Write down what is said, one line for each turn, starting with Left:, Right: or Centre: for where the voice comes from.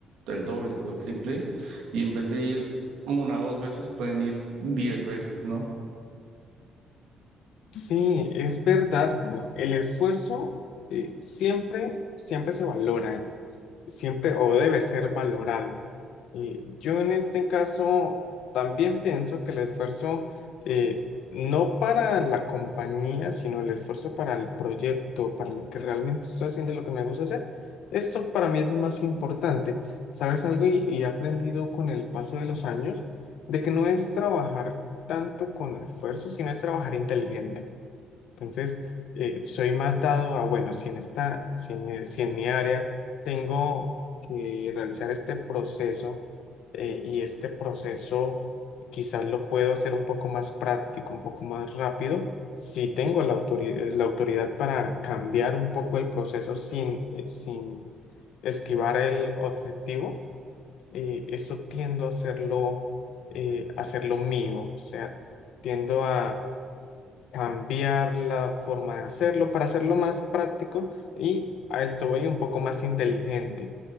Right: el doble o el triple y en vez de ir una o dos veces pueden ir diez veces, ¿no?
Left: Sí, es verdad. bueno, el esfuerzo eh, siempre, siempre se valora, siempre o debe ser valorado. Y yo en este caso también pienso que el esfuerzo eh, no para la compañía, sino el esfuerzo para el proyecto, para lo que realmente estoy haciendo y lo que me gusta hacer, esto para mí es más importante. ¿Sabes algo? Y, y he aprendido con el paso de los años de que no es trabajar tanto con esfuerzo, sino es trabajar inteligente. Entonces, eh, soy más dado a, bueno, si en esta, si en, eh, si en mi área tengo que realizar este proceso eh, y este proceso quizás lo puedo hacer un poco más práctico, un poco más rápido, si tengo la autoridad, la autoridad para cambiar un poco el proceso sin, eh, sin esquivar el objetivo, eh, eso tiendo a hacerlo, eh, hacerlo mío, o sea, tiendo a cambiar la forma de hacerlo para hacerlo más práctico y a esto voy un poco más inteligente.